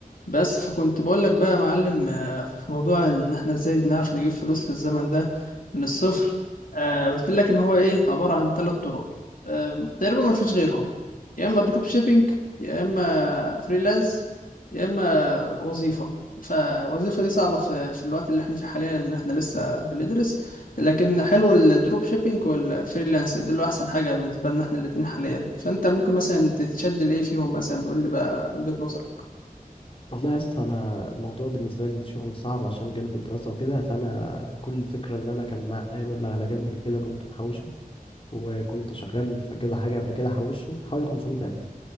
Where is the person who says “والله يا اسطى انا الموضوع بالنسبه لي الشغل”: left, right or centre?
Left